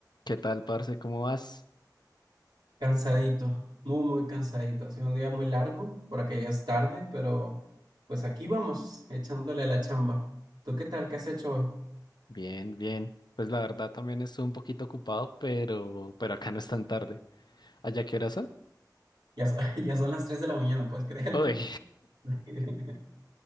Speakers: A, on the left; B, on the right.
A: ¿Qué tal, parce? ¿Cómo vas?
B: Cansadito, muy, muy cansadito. Ha sido un día muy largo, por acá ya es tarde, pero pues aquí vamos, echándole la chamba. ¿Tú qué tal? ¿Qué has hecho hoy?
A: Bien, bien. Pues la verdad también estuve un poquito ocupado, pero, pero acá no es tan tarde. ¿Allá qué horas son?
B: Ya, so- <laughs> ya son las 3 de la mañana, ¿puedes creerlo?
A: Uy,
B: <laughs>